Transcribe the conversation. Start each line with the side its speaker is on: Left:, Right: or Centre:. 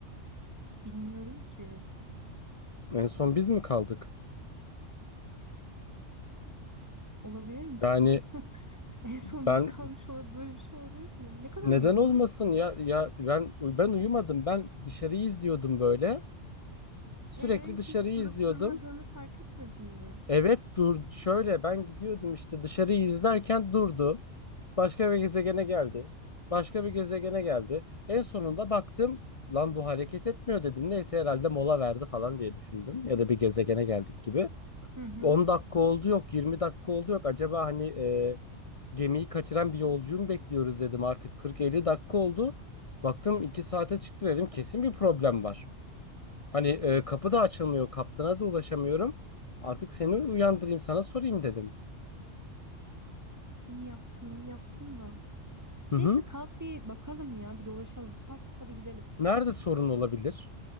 Right: Bilmiyorum ki.
Left: En son biz mi kaldık?
Right: Olabilir mi? Son,
Left: Yani
Right: <laughs> en son
Left: ben
Right: biz kalmış olabilir. Böyle bir şey olabilir mi ya? Ne kadar
Left: Neden
Right: uyudun?
Left: olmasın ya ya ben ben uyumadım ben dışarıyı izliyordum böyle sürekli
Right: E,
Left: dışarıyı
Right: hiç durup
Left: izliyordum
Right: durmadığını fark etmedin mi?
Left: evet dur şöyle ben gidiyordum işte dışarıyı izlerken durdu başka bir gezegene geldi başka bir gezegene geldi en sonunda baktım lan bu hareket etmiyor dedim neyse herhalde mola verdi falan diye düşündüm ya da bir gezegene geldik gibi
Right: Hı hı.
Left: 10 dakika oldu yok 20 dakika oldu yok acaba hani gemiyi kaçıran bir yolcuyu mu bekliyoruz dedim. Artık 40-50 dakika oldu. Baktım 2 saate çıktı dedim. Kesin bir problem var. Hani e, kapı da açılmıyor. Kaptana da ulaşamıyorum. Artık seni uyandırayım sana sorayım dedim.
Right: İyi yaptın, iyi yaptın da.
Left: Hı hı.
Right: Neyse kalk bir bakalım ya, bir dolaşalım. Kalk, hadi gidelim.
Left: Nerede sorun olabilir?